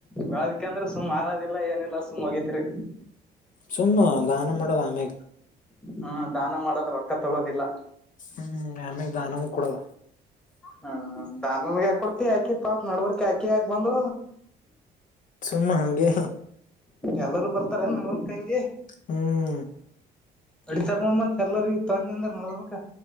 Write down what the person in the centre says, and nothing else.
ಬೆಳದಕ ಅಂದ್ರೆ ಸುಮ್ ಮಾರೋದಿಲ್ಲ ಏನಿಲ್ಲ ಸುಮ್ ಹೋಗತಿರಿ
ಹ್ಮ ದಾನ ಮಾಡದ್ ರೊಕ್ಕ ತಗೋದಿಲ್ಲ
ಹ್ಮ್ ದಾನಗೆ ಹಾಡ್ ಹಿ ಹಾಕಿ ಪಾಪ ನಡವರ್ಕ ಆಾಕಿ ಹಾಕ್ ಬಂದ್
ಎಲ್ಲರೂ ಬರ್ತಾರೆ ನಡವರ್ಕ ಹಂಗೆ
ಅಡಿತರ್ಗ ಮತ್ ಎಲ್ಲ ತಂದ ಅಂದ್ರ ನಕ